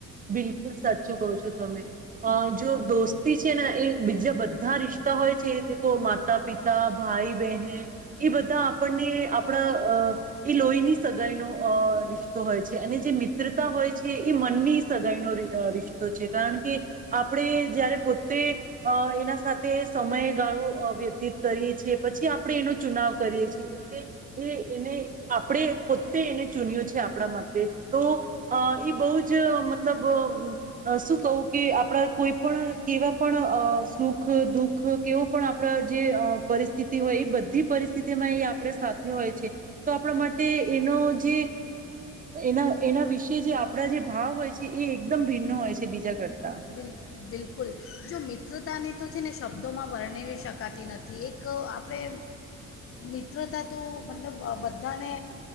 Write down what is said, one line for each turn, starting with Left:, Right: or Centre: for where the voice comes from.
Right: બિલકુલ સાચું કહો છો તમે. અ જો દોસ્તી છે ને એ બીજા બધા રિશ્તા હોય છે, માતા પિતા, ભાઈ બહેન એ બધા આપણને આપણા એ લોહીની સગાઈનો અ રિશ્તો હોય છે. અને જે મિત્રતા હોય છે એ મનની સગાઈનો રિશ્તો છે. કારણ કે આપણે જયારે પોત્તે એના સાથે સમયગાળો વ્યતીત કરીએ છીએ, પછી આપણે એનો ચુનાવ કરીએ છીએ. એટલે એ એને આપણે પોતે એને ચૂન્યું છે, આપણા માટે. તો અ એ બહુ જ મ મતલબ શું કહું કે આપણા કોઈ પણ કેવા પણ સુખ દુખ, કેવો પણ આપણા જે પરિસ્થિતિ હોય એ બધી પરિસ્થિતિમાં એ આપણે સાથે હોય છે. તો આપણા માટે એનો જે એના એના વિશે જે આપણા જે ભાવ હોય છે એ એ એકદમ ભિન્ન હોય છે, બીજા કરતા
Left: બિલ બિલકુલ. જો મિત મિત્રતાને તો છે ને, શબ્દોમાં વર્ણવી શકાતી નથી. એક આપણે મિત્રતા તો મતલબ બધાને